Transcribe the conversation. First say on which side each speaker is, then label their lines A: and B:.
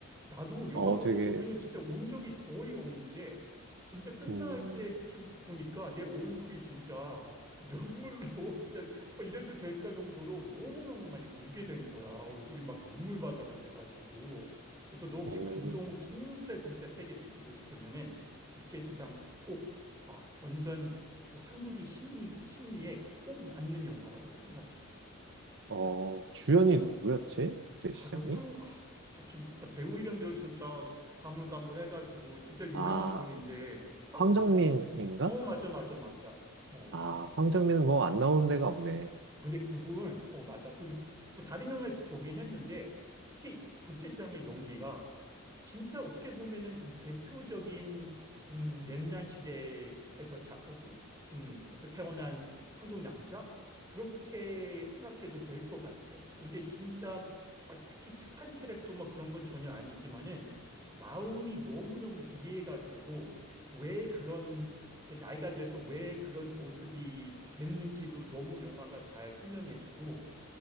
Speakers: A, on the right; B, on the right.
A: 나도 영화
B: 어,
A: 보-
B: 되게,
A: 보면은 진짜 운 적이 거의 없는데 진짜 끝날
B: 음,
A: 때 좀 보니까 내 얼굴이 진짜 눈물로 <laughs> 진짜 어, 이래도 될까 정도로 너무너무 많이 울게 된 거야. 얼굴이 막 눈물바다가 돼가지고. 그래서 너 혹시
B: 어,
A: 감동 진짜 진짜 세게 느끼고 싶으면은 국제시장 꼭 봐. 완전 그 한국이 심리, 심리에 꼭 맞는 영화라고 생각해.
B: 어, 주연이 누구였지? 국제시장이?
A: 아, 그 황, 아, 갑자기 나 배우 이름들 진짜 가물가물해가지고 진짜 유명한
B: 아,
A: 분인데 황
B: 황정민인가?
A: 뭐더라? 어, 맞아, 맞아, 맞아. 어.
B: 아, 황정민은 뭐 안 나오는 데가 없네.
A: 근데 그분, 어, 맞아. 그, 뭐, 다른 영화에서도 보긴 했는데, 특히 국제시장의 연기가 진짜 어떻게 보면은 좀 대표적인 좀 옛날 시대에서 자, 어, 그, 음, 에서 태어난 한국 남자? 그렇게 생각해도 될 것 같아. 근데 진짜 막 특히 착한 캐릭터 뭐 그런 건 전혀 아니지만은 마음이 너무너무 이해가 되고 왜 그런 이제 나이가 돼서 왜 그런 모습이 됐는지도 너무 영화가 잘 설명해주고,